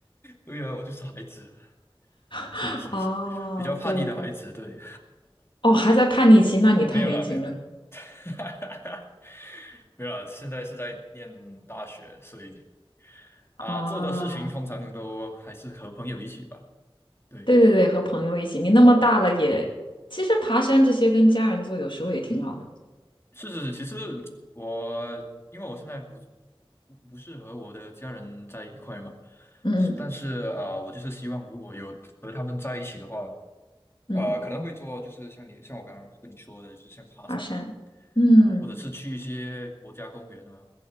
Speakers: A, on the left; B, on the left.
A: 对啊，我就是孩子，
B: <laughs>
A: 是是是，
B: 哦，
A: 比较叛逆的孩子，
B: 对对对，
A: 对，
B: 哦，还在叛逆期，
A: <laughs>
B: 那你太年轻了
A: 没有啦没有啦，<laughs> 没有啦，现在是在念大学，所以啊，
B: 啊！
A: 做的事情通常都还是和朋友一起吧。对。
B: 对对对，和朋友一起，你那么大了也，其实爬山这些跟家人做有时候也挺好的。
A: 是是是，其实我因为我现在不不不是和我的家人在一块嘛，
B: 嗯嗯
A: 是但是啊，呃我就是希望如果有和他们在一起的话，
B: 嗯，
A: 呃，可能会做就是像你像我刚刚跟你说的，就是像爬山啊
B: 爬山，嗯
A: 啊、或者是去一些国家公园啊，